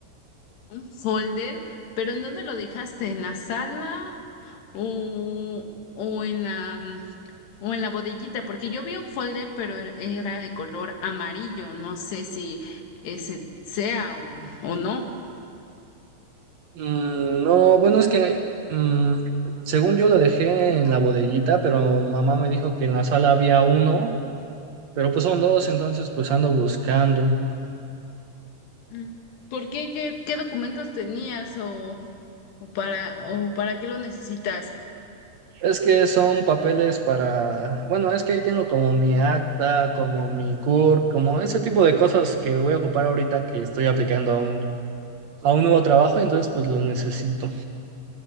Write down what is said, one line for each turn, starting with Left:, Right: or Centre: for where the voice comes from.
Left: Un folder, pero ¿en dónde lo dejaste? ¿En la sala o, o en la mm, o en la bodeguita? Porque yo vi un folder, pero era era de color amarillo. No sé si ese sea o, o no.
Right: Mm, no, bueno, es que... mm, según yo lo dejé en la bodellita, pero mamá me dijo que en la sala había uno Pero pues son dos, entonces pues ando buscando.
Left: Mm, ¿Por qué? ¿Qué, qué documentos tenías o, o para o para qué lo necesitas?
Right: Es que son papeles para, bueno, es que ahí tengo como mi acta, como mi CUR, como ese tipo de cosas que voy a ocupar ahorita que estoy aplicando a un, a un nuevo trabajo, entonces pues los necesito.